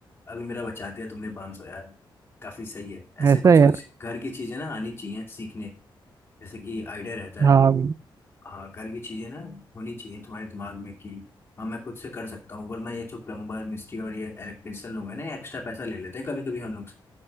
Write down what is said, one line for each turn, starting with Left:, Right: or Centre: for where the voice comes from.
Left: अभी मेरा बचा दिया तुमने 500 यार काफी सही है ऐसे
Right: है ऐसा
Left: कुछ
Right: है यार
Left: कुछ घर की चीजें ना आनी चाहिए सीखने जैसे कि आइडिया रहता
Right: हाँ
Left: है हाँ घर की चीजें ना होनी चाहिए तुम्हारे दिमाग में कि हाँ मैं खुद से कर सकता हूँ वरना ये जो प्लम्बर मिस्त्री और ये इलेक्ट्रिशियन लोग हैं ना एक्स्ट्रा पैसा ले लेते हैं कभी कभी हम लोग से